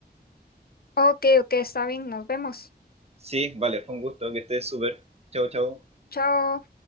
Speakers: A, on the left (about 65°); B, on the right (about 35°).
A: ok, ok, está bien, nos vemos.
B: Sí, vale, fue un gusto, que estés súper. Chau, chau.
A: Chao.